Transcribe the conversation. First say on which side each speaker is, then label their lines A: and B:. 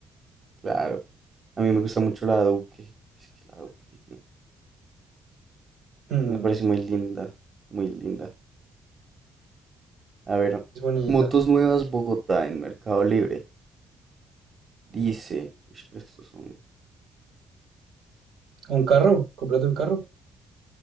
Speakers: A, on the right (about 35°); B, on the right (about 70°).
A: claro. A mí me gusta mucho la Duque. Es que la Duque mm,
B: Mm,
A: me parece muy linda. Muy linda. A ver.
B: es bonita.
A: Motos nuevas Bogotá en Mercado Libre. Dice. Uy, pero estos son.
B: Un carro, cómprate un carro.